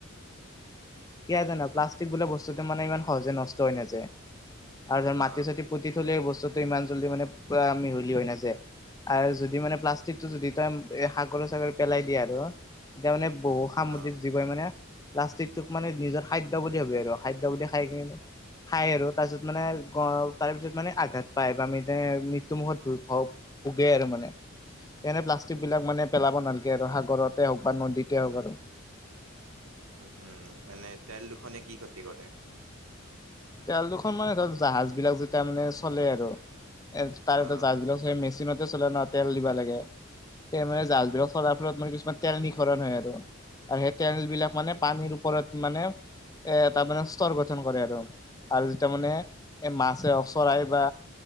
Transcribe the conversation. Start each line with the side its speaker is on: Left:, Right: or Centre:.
Left: কিয় জান প্লাষ্টিক বোলা ব্স্তু তো মানে ইমান সহজে নষ্ট হৈ নাযায়। আৰু ধৰ মাটি
Right: অ
Left: চাটি পুতি থলে এই বস্তুটো ইমান জলদি মানে পৰা মিহলি হয় নাযায়। আৰু যদি মানে প্লাষ্টিকটো যদি তই এ সাগৰে চাগৰে পেলাই দিয়ে আৰু, এতিয়া মানে বহু সামুদ্ৰিক
Right: অ
Left: জীৱই মানে প্লাষ্টিক তোক মানে নিজৰ খাদ্য বুলি ভাবে আৰু খাদ্য বুলি খাই কি খাই আৰু তাৰপিছত মানে তাৰপিছত মানে আঘাত পায় বা মৃত্যুমুখত ভ উগাই আৰু মানে এনে প্লাষ্টিক বিলাক মানে পেলাব নালাগে আৰু সাগৰতে হওক বা নদীতে হওক আৰু।
Right: উ উম এনে তেল দুখনে কি ক্ষতি কৰে?
Left: তেল দুখনৰ মানে ধৰক জাহাজ বিলাক যেতিয়া মানে চলে আৰু এ তাৰ
Right: অ
Left: এ জাজবিলাক চেই মেচিনতে চলে ন তেল দিবা লাগে তে মানে জাজবিল চলাৰ ফলত মানে কিছুমান তেল নিখৰণ হয় আৰু আৰু সেই তেটনেল বিলাক মানে পানীৰ ওপৰত মানে এ তাৰমানে ৰ গঠন কৰে আৰু, আৰু যেতিয়া মানে এই মাছে অচৰাই বা